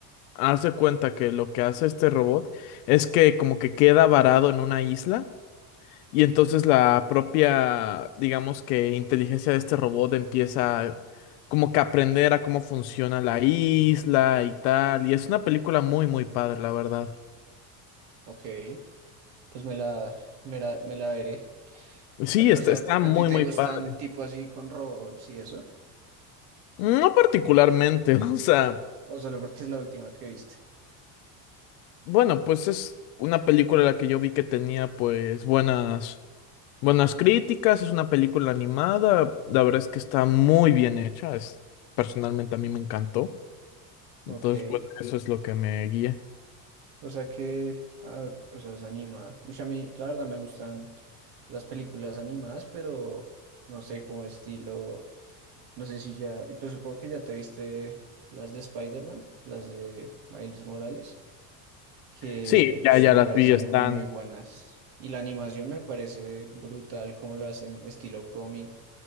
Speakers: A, on the left; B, on the right.
A: Haz de cuenta que lo que hace este robot es que como que queda varado en una isla y entonces la propia, digamos que inteligencia de este robot empieza como que a aprender a cómo funciona la isla y tal. Y es una película muy, muy padre, la verdad.
B: Ok, pues me la, me la, me la veré.
A: Sí,
B: A ti-
A: está,
B: o sea,
A: está muy,
B: ¿a ti te
A: muy
B: gustan
A: padre.
B: tipo así con robots y eso?
A: No particularmente, <laughs> o sea,
B: ¿O solo porque es la última que viste?
A: bueno, pues es una película la que yo vi que tenía pues buenas Buenas críticas, es una película animada, la verdad es que está muy bien hecha, es, personalmente a mí me encantó, entonces
B: Ok.
A: pues eso es lo que me guía.
B: O sea que, ah, o sea, es animada. Uy, a mí, la verdad, me gustan las películas animadas, pero no sé cómo estilo. No sé si ya. Y pues supongo que ya te viste las de Spider-Man, las de Miles Morales, que
A: Sí, ya,
B: uy,
A: ya
B: me
A: las
B: parecen
A: vi, están,
B: muy buenas. Y la animación me parece brutal, como lo hacen estilo cómic